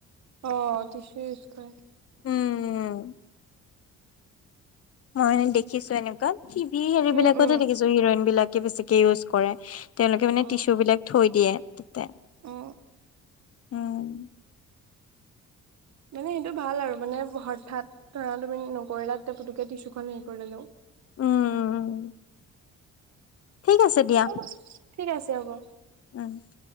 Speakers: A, on the right (about 65°); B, on the left (about 50°).
A: অ টিচু ইউজ কৰে।
B: উম উম মই মানে দেখিছো এনেকোৱা টিভি হেৰি
A: উম
B: বিলাকতে
A: উম
B: দেখিছো হিৰইন বিলাকে বেছিকে ইউজ কৰে। তেওঁলোকে মানে
A: অ
B: টিচুবিলাক থৈ দিয়ে তাতে।
A: অ
B: উম
A: মানে সেইটো ভাল আৰু মানে হঠাৎ ধৰা তুমি নকৰিলা তেতিয়া পুটুকে টিছুখন হেৰি কৰি ললো
B: উম, উম, ঠিক আছে দিয়া
A: হ ঠিক আছে হ'ব।
B: উম